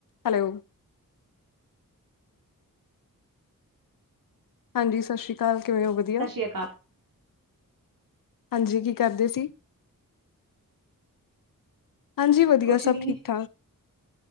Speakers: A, on the left; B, on the right.
A: Hello ਹਾਂਜੀ ਸਤਿ ਸ਼੍ਰੀ ਅਕਾਲ ਕਿਵੇਂ ਹੋ ਵਧੀਆ।
B: ਸਤਿ ਸ਼੍ਰੀ ਅਕਾਲ
A: ਹਾਂਜੀ ਕੀ ਕਰਦੇ ਸੀ। ਹਾਂਜੀ ਵਧੀਆ
B: ਕੁਛ
A: ਸਭ
B: ਨੀ
A: ਠੀਕ ਠਾਕ